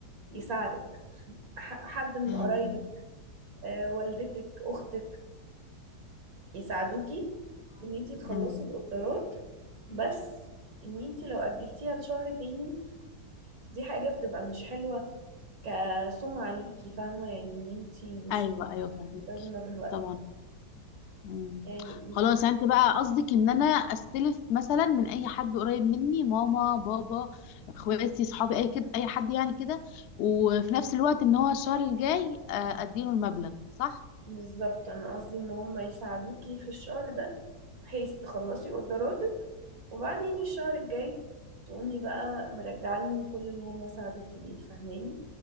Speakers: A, on the right; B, on the left.
A: يساعدك ح- حد من
B: امم
A: قرايبك آه، والدتك اختك يساعدوكي في ان انت تخلصي
B: امم
A: الاوردرات بس ان انت لو اجلتيها لشهر تاني دي حاجه بتبقى مش حلوه كسمعه ليكي فاهمه يعني ان انت مش
B: ايوه ايوه فهمك
A: مش ملتزمه بالوقت
B: طبعا امم
A: يعني
B: خلاص انت بقى قصدك ان انا استلف مثلا من اي حد قريب مني ماما بابا اخواتي صحابي اي كده اي حد يعني كده وفي نفس الوقت ان هو الشهر الجاي آه، اديله المبلغ صح
A: بالظبط انا قصدي ان هم يساعدوكي في الشهر ده بحيث تخلصي اوردراتك وبعدين الشهر الجاي تقومي بقى مرجعه لهم كل اللي هم ساعدوكي بيه فاهماني